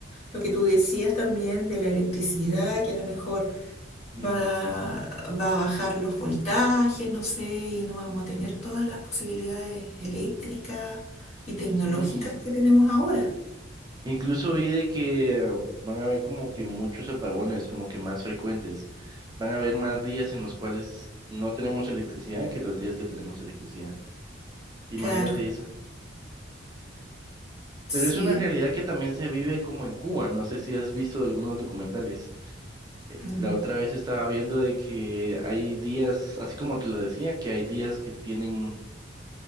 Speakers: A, on the left (about 35°); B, on the right (about 20°).
A: lo que tú decías también de la electricidad, que a lo mejor...
B: Cierto.
A: va, va a bajar los voltajes, no sé, y no vamos a tener todas las posibilidades eléctricas y tecnológicas
B: Sí,
A: que tenemos ahora.
B: incluso vi de que van a haber como que muchos apagones, como que más frecuentes. Van a haber más días en los cuales no tenemos electricidad que los días que tenemos electricidad. Imagínate
A: Claro,
B: eso.
A: sí.
B: Pero es una realidad que también se vive como en Cuba, no sé si has visto algunos documentales.
A: Mm,
B: La otra vez estaba viendo de que hay días, así como te lo decía, que hay días que tienen